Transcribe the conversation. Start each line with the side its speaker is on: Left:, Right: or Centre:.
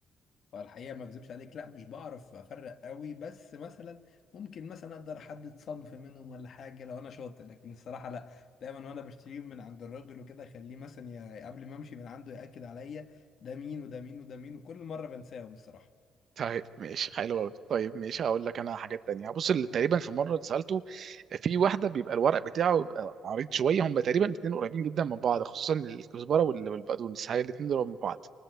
Left: فالحقيقة ما اكذبش عليك لا مش بعرف افرق قوي بس مثلا ممكن مثلا اقدر احدد صنف منهم ولا حاجة لو انا شاطر لكن الصراحة لا دايما وانا بشتريهم من عند الراجل وكده اخليه مثلا ي- قبل ما امشي من عنده يأكد عليا ده مين وده مين وده مين وكل مرة بنساهم الصراحة
Right: طيب ماشي حلو قوي طيب ماشي هقول لك انا حاجات تانية بص اللي تقريبا في مرة سألته في واحدة بيبقى الورق بتاعه بيبقى عريض شوية هم تقريبا الاتنين قريبين جدا من بعض خصوصا الكزبرة وال- والبقدونس هاي الاتنين دول من بعض